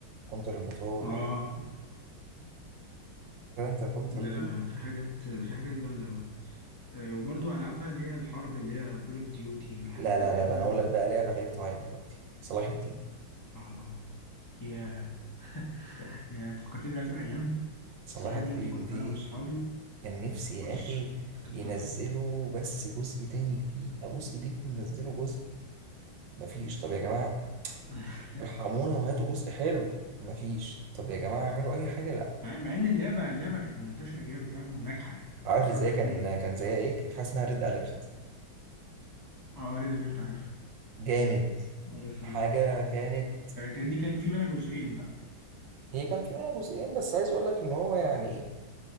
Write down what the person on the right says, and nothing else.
كونتر الموتور
جرانتا كونتر
دي
لا لا
لا بقى انا
اقول لك بقى لعبه خليك تعيط دلوقتي صلاح الدين
صلاح
الدين
دي
كان نفسي
يا اخي
ينزلوا
بس جزء تاني جديد ابوس ايديكم نزلوا جزء مفيش طب يا جماعه
ارحمونا وهاتوا جزء حلو مفيش طب يا جماعه اعملوا اي حاجه لا
عارف ازاي
كان
كان زيها ايه كان في حاجه اسمها ريد اليرت
جامد
حاجه كانت
هي كان في منها جزئين بس عايز اقول لك ان هو يعني